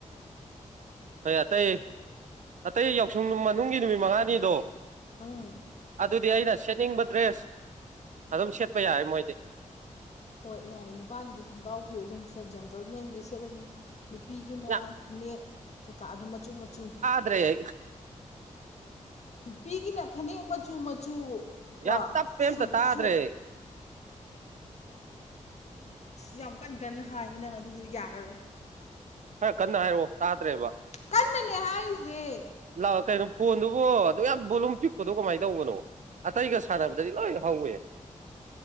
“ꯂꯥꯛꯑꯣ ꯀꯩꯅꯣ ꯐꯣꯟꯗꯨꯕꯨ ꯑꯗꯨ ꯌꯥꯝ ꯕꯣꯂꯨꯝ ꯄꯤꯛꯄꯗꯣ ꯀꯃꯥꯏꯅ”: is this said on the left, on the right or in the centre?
Right